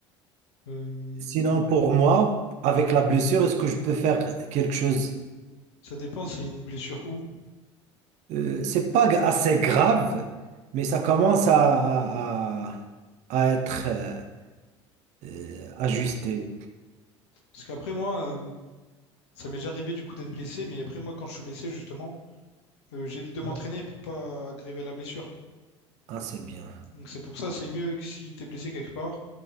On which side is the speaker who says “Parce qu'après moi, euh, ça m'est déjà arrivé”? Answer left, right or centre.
Left